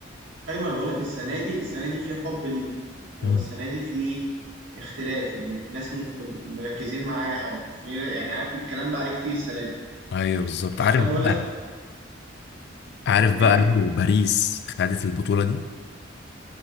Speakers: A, on the right; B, on the left.
A: أيوة أنا بقول لك السنة دي السنة دي في حب ليه هو
B: مم.
A: السنة دي في اختلاف يعني ناس مهتم- مركزين معاه أو في يعني عارف الكلام بقى عليه كتير السنة دي
B: أيوه بالظبط
A: مش
B: عارف
A: كده بقول
B: بقى
A: لك
B: عارف بقى
A: إيه
B: لو باريس خدت البطولة دي